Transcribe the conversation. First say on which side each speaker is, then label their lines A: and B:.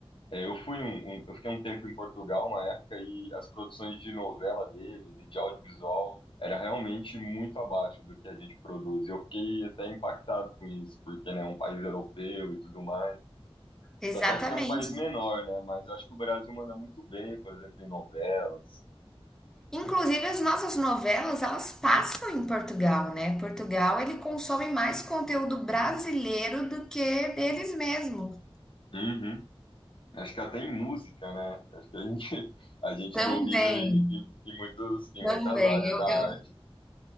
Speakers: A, on the left; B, in the centre.
A: é, eu fui um, um- eu fiquei um tempo em Portugal, uma época, e as produções de novela deles e de audiovisual era realmente muito abaixo do que a gente produz. Eu fiquei até impactado com isso, porque, né, é um país europeu e tudo mais.
B: Exatamente.
A: Tá certo que é um país menor, né, mas eu acho que o Brasil manda muito bem, por exemplo, em novelas.
B: Inclusive, as nossas novelas, elas passam em Portugal, né? Portugal, ele consome mais conteúdo brasileiro do que deles mesmos.
A: Uhum. Acho que até em música, né? Acho que a gente, <laughs> a gente
B: Também,
A: domina em, em, em muitos, em
B: também.
A: muitas áreas
B: Eu,
A: da
B: eu,
A: arte.